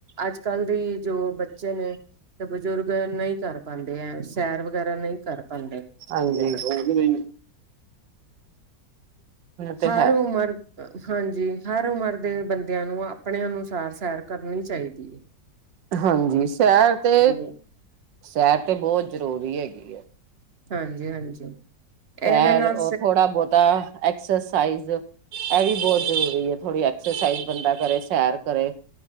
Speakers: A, on the right; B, on the right.
A: ਅੱਜ -ਕੱਲ ਦੀ ਜੋ ਬੱਚੇ ਨੇ ਤੇ ਬਜ਼ੁਰਗ ਨਈ ਕਰ ਪਾਦੇ ਐ, ਸੈਰ ਵਗੈਰਾ ਨਈ ਕਰ ਪਾਦੇ।
B: ਹਾਂ ਜੀ। ਹੋਰ ਵਧੀਆ <unintelligible> ਤੇ
A: ਹਰ
B: ਹੈ
A: ਉਮਰ ਅ ਹਾਂ ਜੀ। ਹਰ ਉਮਰ ਦੇ ਬੰਦਿਆਂ ਨੂੰ ਆਪਣੇ ਅਨੁਸਾਰ ਸੈਰ ਕਰਨੀ ਚਾਈਦੀ ਏ।
B: ਹਾਂ ਜੀ, ਸੈਰ ਤੇ
A: ਹੈ
B: ਸੈਰ ਤੇ ਬਹੁਤ ਜ਼ਰੂਰੀ ਹੈਗੀ ਐ।
A: ਹਾਂਜੀ ਹਾਂਜੀ। ਇਹਦੇ
B: ਸੈਰ
A: ਨਾਲ
B: ਉਹ ਥੋੜਾ ਬੋਤਾ ਐਕਸਰਸਾਈਜ਼ ਐਹ ਵੀ ਬਹੁਤ ਜ਼ਰੂਰੀ ਐ ਥੋੜ੍ਹੀ ਐਕਸਰਸਾਈਜ਼ ਬੰਦਾ ਕਰੇ ਸੈਰ ਕਰੇ।